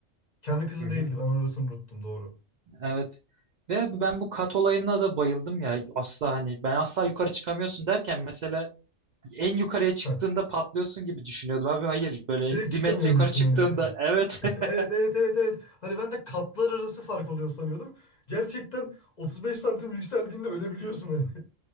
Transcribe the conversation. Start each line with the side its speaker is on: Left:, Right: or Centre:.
Left: Kendi kızı
Right: Hı hı.
Left: değildi ben orasını unuttum doğru.
Right: Evet. Ve abi ben bu kat olayına da bayıldım ya. Asla hani ben asla yukarı çıkamıyorsun derken mesela en yukarıya çıktığında
Left: Heh.
Right: patlıyorsun gibi düşünüyordum abi. Hayır böyle
Left: Direkt
Right: bir
Left: çıkamıyormuşsun
Right: metre yukarı çıktığında
Left: hani. <laughs>
Right: evet. <laughs>
Left: Evet evet evet evet. Hani ben de katlar arası fark oluyor sanıyordum. Gerçekten 35 santim yükseldiğinde ölebiliyorsun hani.